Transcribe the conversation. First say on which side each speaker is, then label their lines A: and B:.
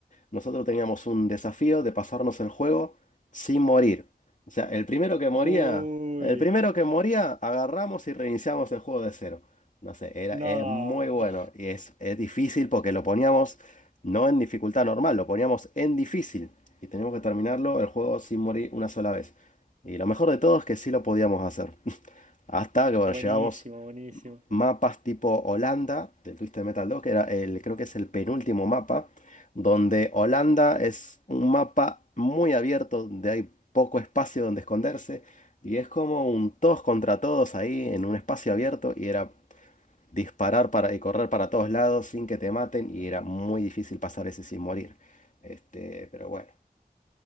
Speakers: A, on the left; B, on the right.
A: Nosotros teníamos un desafío de pasarnos el juego sin morir. O sea, el primero que moría,
B: Uy,
A: el primero que moría, agarramos y reiniciamos el juego de cero. No sé, era,
B: no.
A: es muy bueno y es, es difícil porque lo poníamos no en dificultad normal, lo poníamos en difícil. Y teníamos que terminarlo el juego sin morir una sola vez. Y lo mejor de todo es que sí lo podíamos hacer. <laughs> Hasta que, bueno,
B: Buenísimo,
A: llegamos
B: buenísimo.
A: mapas tipo Holanda del Twisted Metal 2, que era el, creo que es el penúltimo mapa, donde Holanda es un mapa muy abierto, donde hay poco espacio donde esconderse. Y es como un todos contra todos ahí en un espacio abierto. Y era disparar para, y correr para todos lados sin que te maten y era muy difícil pasar ese sin morir. Este, pero bueno,